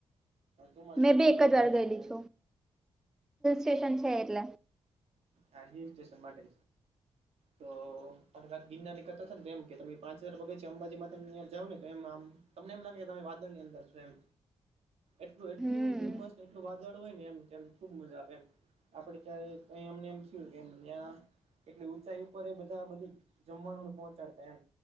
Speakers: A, on the right; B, in the centre.
A: ચોમાસામાં
B: મેં બી
A: આ વખતે
B: એક જ
A: ગયા
B: વાર ગયેલી
A: તા.
B: છું <unintelligible>
A: આ હિલ સ્ટેશન માટે તો પણત ગિરનાનીકતા હતા ને તો એમ કે તમે પાંચ હજાર પગે છે અંબાજીમાં તમે જાાવ ને તો એમ આમ તમને એમ લાગે તમે વાદળની અંદર છો એમ એટલું એટલું
B: હમ
A: ધુમ્મસને એટલું વાદળ હોય ને એમ કેમ ખુબ મજા આવે એમ આપડે ક્યારે. <unintelligible> એટલે ઊંચાઈ ઉપર એ બધા બધું જમવાનુંને પહોંચાડતા એમ.